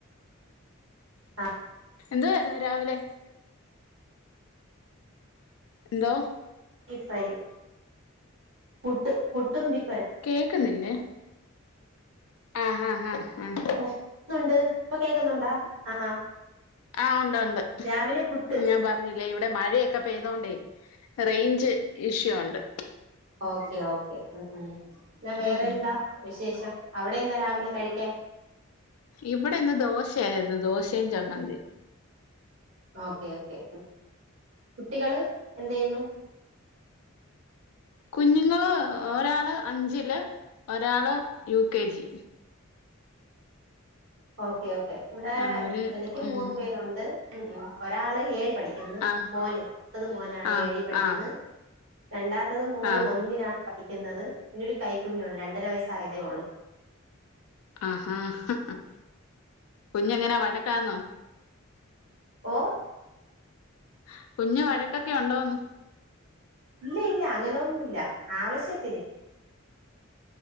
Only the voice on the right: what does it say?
ആ
ഫ്രൈയും പുട്ടും പുട്ടും ബി
ഓ കേക്കുന്നുണ്ട് ഇപ്പൊ കേക്കുന്നുണ്ടാ ആ
രാവിലെ പുട്ട്
ഓകേ ഓകെ ങ്‌ ങ്‌ ന്നാ വേറെന്താ
വിശേഷം അവിടെന്താ രാവിലെ കഴിക്കാൻ
ഓകെ ഓകെ കുട്ടികള് എന്ത് യ്യുന്നു
okay okay വിടെ
എനിക്ക്
മൂന്നു പേരുണ്ട് ഒരാള് ഏയ് പഠിക്കുന്ന്
മോന് മൂത്തത് മോനാണ്
ഏയിൽ പഠിക്കുന്ന
രണ്ടാമത്തത് മോള്
ഒന്നിലാ പഠിക്കുന്നത് പിന്നെ ഒരു കൈ കുഞ്ഞുണ്ട് രണ്ടര വയസ്സ് ആയതേയുള്ളു
ഓ
ഇല്ല ഇല്ല അങ്ങനെന്നുല്ല ആവശ്യത്തിന്